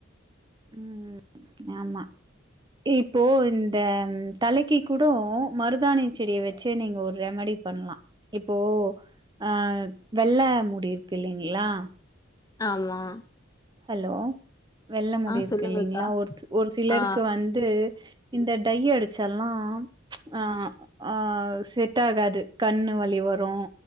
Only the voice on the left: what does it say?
ஆமா
ஆ
சொல்லுங்கக்கா.
ஆ.